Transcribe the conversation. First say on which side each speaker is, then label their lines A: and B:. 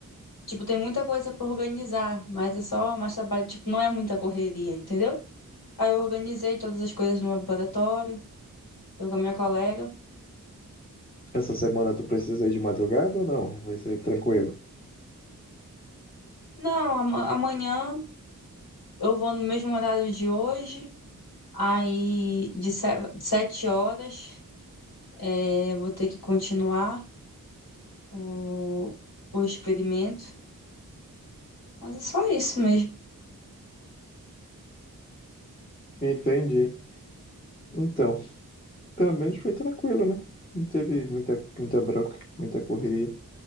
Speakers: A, on the left (about 90°); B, on the left (about 25°).
A: Tipo, tem muita coisa pra organizar, mas é só mais trabalho. Tipo, não é muita correria, entendeu? Aí eu organizei todas as coisas no laboratório, eu com a minha colega.
B: Essa semana tu precisa ir de madrugada ou não? Vai ser tranquilo.
A: Não, ama- amanhã eu vou no mesmo horário de hoje. Aí, de se- sete horas, é, vou ter que continuar o, o experimento. Mas é só isso mesmo.
B: Entendi. Então, pelo menos foi tranquilo, né? Não teve muita, muita bronca, muita correria.